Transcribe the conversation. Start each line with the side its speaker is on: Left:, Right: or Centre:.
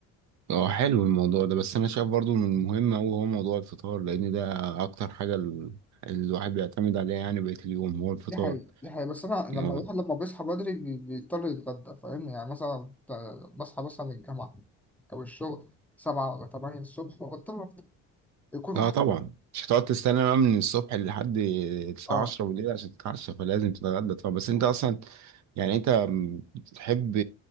Right: اه حلو الموضوع ده بس انا شايف برضو من المهم هو هو موضوع الفطار لان ده اكتر حاجه ال- الواحد بيعتمد عليها يعني بقيه اليوم هو الفطار
Centre: دي حقيقة دي حقيقة بس أنا لما
Right: اه
Centre: الواحد لما بيصحى بدري بي- بيضطر يتغدى فاهم يعني مثلا ت- بصحى مثلا من الجامعة أو الشغل سبعة ولا تمانية الصبح وبضطر أفطر. يكون
Right: آه
Centre: أحسن
Right: طبعا مش هتقعد تستنى بقى من الصبح لحد الساعه
Centre: آه
Right: 10 بالليل عشان تتعشى فلازم تتغدى طبعا بس انت اصلا يعني انت م- بتحب